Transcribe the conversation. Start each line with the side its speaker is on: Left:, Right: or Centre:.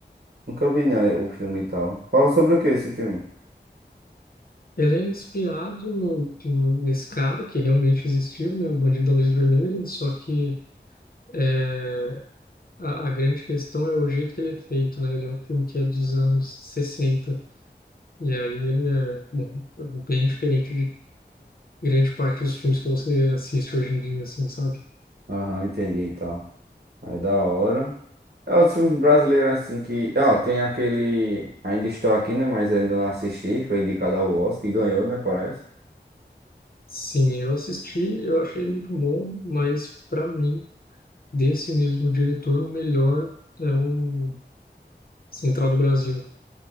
Right: nunca vi não, o filme e tal. Fala sobre o que esse filme?
Left: Ele é inspirado no, no- nesse cara que realmente existiu, né? O Bandido da Luz Vermelha, só que é, a, a grande questão é o jeito que ele é feito, né? Ele é um filme que é dos anos 60 e aí ele é bom, bem diferente de grande parte dos filmes que você assiste hoje em dia, assim, sabe?
Right: Aham, entendi e tal. É da hora. É os filmes brasileiros assim que. Ah, tem aquele. Ainda estou aqui, né? Mas ainda não assisti. Foi indicado ao Oscar e ganhou, né? Parece.
Left: Sim, eu assisti, eu achei muito bom, mas para mim Desse mesmo diretor, o melhor é o Central do Brasil.